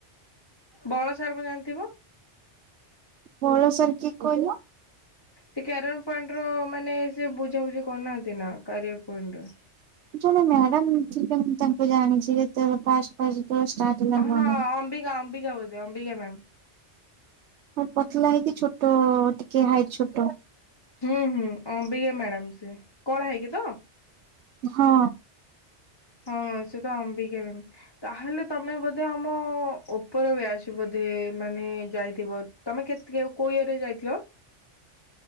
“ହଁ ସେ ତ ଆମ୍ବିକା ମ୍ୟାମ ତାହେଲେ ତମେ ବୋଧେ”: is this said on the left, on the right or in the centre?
Left